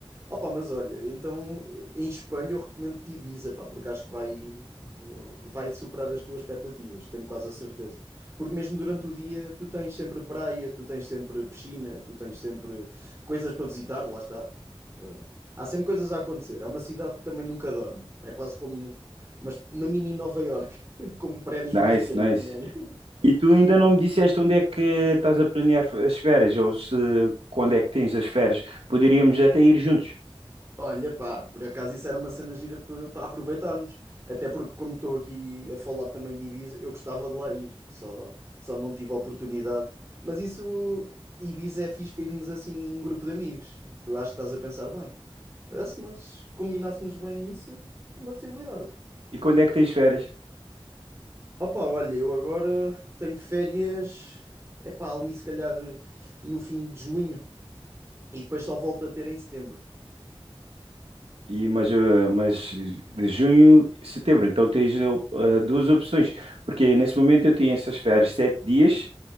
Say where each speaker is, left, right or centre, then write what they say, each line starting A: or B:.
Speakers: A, on the right (about 30°); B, on the right (about 80°).
A: Opa, mas olha, então em Espanha eu recomendo-te Ibiza, pá, porque acho que vai, vai superar as tuas expectativas, tenho quase a certeza. Porque mesmo durante o dia tu tens sempre praia, tu tens sempre piscina, tu tens sempre coisas para visitar, lá está. Eh, há sempre coisas a acontecer. É uma cidade que também nunca dorme. É quase como mas uma mini Nova York, <laughs> com prédios
B: Nice,
A: mais pequenos
B: nice.
A: também.
B: E tu ainda não me disseste onde é que estás a planear as férias, ou se quando é que tens as férias. Poderíamos até ir juntos.
A: Olha, pá, por acaso isso era uma cena gira para aproveitarmos. Até porque, como estou aqui a falar também de Ibiza, eu gostava de lá ir, só, só não tive a oportunidade. Mas isso, Ibiza é fixe para irmos assim, um grupo de amigos. Tu acho que estás a pensar bem. Ah, Se nós combinássemos bem isso, é uma possibilidade.
B: E quando é que tens férias?
A: Opa, olha, eu agora tenho férias, é pá, ali se calhar no fim de junho e depois só volto a ter em setembro.
B: E, mas, eh, mas de junho, setembro, então tens eh, op- eh, duas opções, porque nesse momento eu tenho essas férias sete dias,